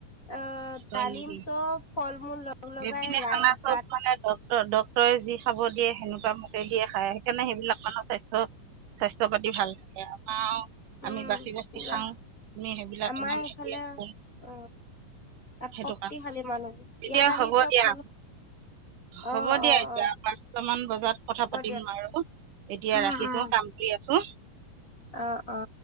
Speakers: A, on the left; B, on the right.
A: অ'
B: হয়
A: ডালিম
B: নেকি
A: চব ফলমূল লগ লগাই
B: এইপিনে
A: ৰাই-
B: খানা চব
A: ভাত
B: মানে ডক্তৰে যি খাব দিয়ে, সেনেকুৱা মোকে দিয়ে খায়। সেইকাৰণে সেইবিলাক মানুহ স্বাস্থ্য- স্বাস্থ্য-পাতি ভাল থাকে । আমাৰ আও
A: উম
B: আমি বাচি-বাচি
A: পুৰা
B: খাওঁ । আমি সেইবিলাক
A: আমাৰ
B: ইমান
A: সেইফালে
B: খেতিয়ে নকৰোঁ।
A: অ তাত
B: সেইটোকে।
A: শক্তিশালী মানুহ
B: এতিয়া
A: ইয়াত আহি
B: হব
A: চব
B: দিয়া।
A: মানুহ
B: হ'ব
A: অ
B: দিয়া
A: অ
B: এতিয়া।
A: অ
B: পাঁচটামান বজাত কথা
A: হ'ব
B: পাতিম
A: দিয়ক
B: বাৰু । এতিয়া
A: উম
B: ৰাখিছোঁ
A: উম
B: । কাম কৰি আছোঁ। ও
A: অ'- অ'।